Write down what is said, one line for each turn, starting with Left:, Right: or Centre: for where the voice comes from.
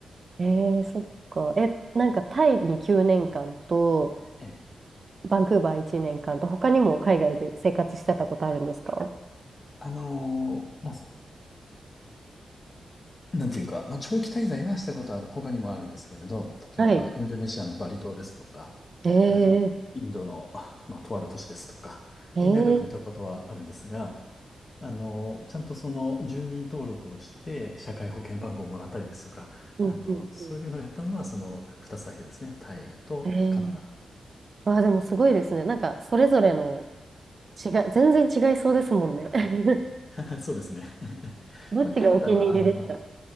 Right: えー、そっか。え、なんかタイに9年間と、
Left: ね、
Right: バンクーバー1年間と、他にも海外で生活してたことあるんですか
Left: あのーまあ、なんていうか、まあ長期滞在はしたことある、他にもあるんですけれど、
Right: はい。
Left: 例えばインドネシアのバリ島ですとか、
Right: えー、
Left: あの、インドの、まあ、とある都市ですとか、
Right: えー、
Left: に長くいたことはあるんですが、あの、ちゃんとその住民登録をして、社会保険番号をもらったりですとか、
Right: うんうんうん。
Left: あの、そういうのをやったのはその2つだけですね、タイとカナダ。
Right: えー、わあ、でもすごいですね。なんか、それぞれの違い、全然違いそうですもんね。<laughs>
Left: <laughs> そうですね。<laughs>
Right: どっちがお気に入りですか
Left: まあ、カナダは、あの、